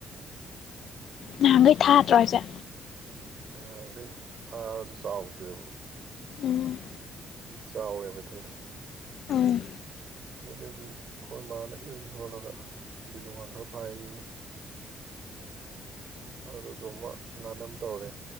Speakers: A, on the left; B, on the right.
A: ꯅꯍꯥꯟꯈꯩ
B: ꯁꯤꯡ
A: ꯊꯥꯗ꯭ꯔꯣ
B: ꯊꯥꯔꯛ
A: ꯍꯥꯏꯁꯦ
B: ꯉꯍꯥꯟꯈꯩ ꯊꯥꯔꯁꯨ ꯆꯥꯎꯗꯦꯕ
A: ꯎꯝ
B: ꯆꯥꯎꯋꯦꯕ ꯊꯩꯗꯣ
A: ꯎꯝ
B: ꯑꯗꯨꯗꯒꯤ ꯑꯩꯈꯣꯏ ꯃꯥꯅ ꯏꯟ ꯁꯣꯜꯂꯒ ꯕꯤꯂꯨꯡꯉꯥ ꯈꯔ ꯐꯥꯏꯌꯦ ꯑꯗꯨꯗꯨꯃ ꯉꯥꯅꯝ ꯇꯧꯔꯦ